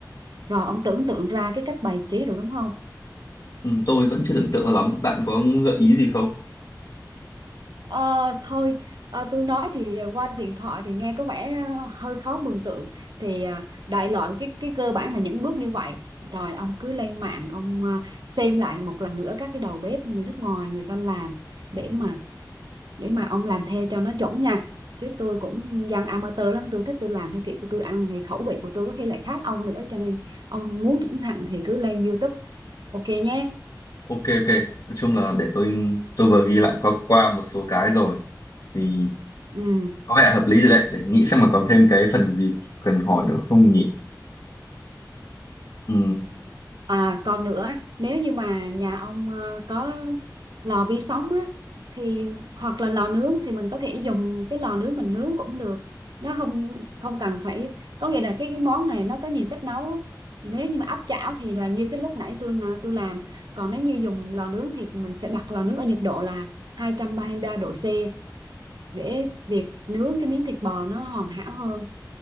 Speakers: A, on the right; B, on the left.
A: rồi ông tưởng tượng ra cái cách bày trí rồi đúng không
B: ừ, tôi vẫn chưa tưởng tượng ra lắm bạn có gợi ý gì không
A: ờ thôi ờ, tôi nói thì qua điện thoại thì nghe có vẻ ờ, hơi khó mường tượng thì ờ, đại loại cái cái cơ bản là những bước như vậy rồi ông cứ lên mạng ông ờ, xem lại một lần nữa các cái đầu bếp người nước ngoài người ta làm để
B: Ừ.
A: mà để mà ông làm theo cho nó chuẩn nha chứ tôi cũng dân amateur lắm tôi thích tôi làm theo kiểu của tôi ăn thì khẩu vị của tôi có khi lại khác ông nữa cho nên ông muốn cẩn thận thì cứ lên YouTube ok nhé
B: ok ok nói chung là để tôi tôi vừa ghi lại
A: Rồi.
B: qua qua một số cái rồi thì
A: ừ
B: có vẻ hợp lý rồi đấy để nghĩ xem mà còn thêm cái phần gì cần hỏi nữa không nhỉ ừ.
A: À còn nữa nếu như mà nhà ông ờ, có lò vi sóng á thì hoặc là lò nướng thì mình có thể dùng cái lò nướng mình nướng cũng được nó không không cần phải có nghĩa là cái cái món này nó có nhiều cách nấu nếu như mà áp chảo thì là như cái lúc nãy tôi là- tôi làm còn nếu như dùng lò nướng thì mình sẽ bật lò nướng ở nhiệt độ là hai trăm ba mươi ba độ C để việc nướng cái miếng thịt bò nó hoàn hảo hơn